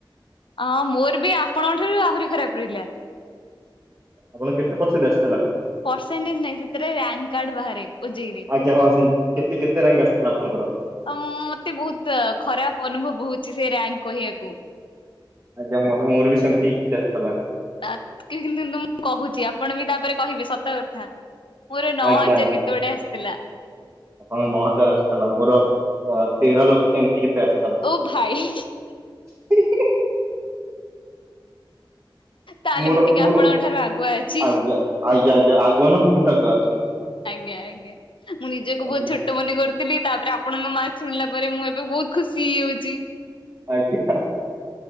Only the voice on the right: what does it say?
ଆପଣ କେତେ ପରସେଣ୍ଟ ଆସିଥିଲା?
ଆଜ୍ଞା ହଁ ସେଇ କେତେ କେତେ ରାଙ୍କ ଆସିଥିଲା ଆପଣଙ୍କର?
ଆଜ୍ଞା ମୋର ମୋର ବି ସେମତି ହି କିଛି ଆସିଥିଲା।
ଆଜ୍ଞା
ହଁ ନଅ ହଜାର ଆସିଥିଲା ମୋର ତେର ଲକ୍ଷ ଏମିତି କେତେ ଆସିଥ
<unintelligible>
ମୋର
ମୋର
ଆଜ୍ଞା ଆଜ୍ଞା ଆଜ୍ଞା ଆଗନ ବହୁତ ଆଗ ଅଛନ୍ତି।
ଆଜ୍ଞା
ଆଜ୍ଞା।